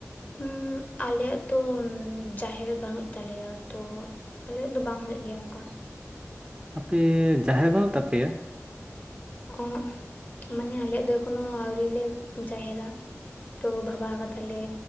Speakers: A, on the left (about 30°); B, on the right (about 15°).
A: ᱦᱩᱸ, ᱟᱞᱮᱭᱟᱜ ᱛᱚ ᱡᱟᱦᱮᱨ ᱵᱟᱹᱱᱩᱜ ᱛᱟᱞᱮᱭᱟ, ᱛᱚ ᱟᱞᱮᱭᱟᱜ ᱫᱚ ᱵᱟᱝ ᱦᱳᱭᱳᱜ ᱜᱮᱭᱟ ᱚᱝᱠᱟ᱾
B: ᱟᱯᱮ ᱡᱟᱦᱮᱨ ᱵᱟᱹᱱᱩᱜ ᱛᱟᱯᱮᱭᱟ?
A: ᱚᱦᱚᱸᱜ ᱢᱟᱱᱮ ᱟᱞᱮᱭᱟᱜ ᱫᱚ ᱮᱠᱷᱚᱱᱳ ᱟᱹᱣᱨᱨᱤ ᱞᱮ ᱡᱟᱦᱮᱨᱟ᱾ ᱛᱚ ᱵᱷᱟᱵᱟᱣ ᱠᱟᱫᱟ ᱞᱮ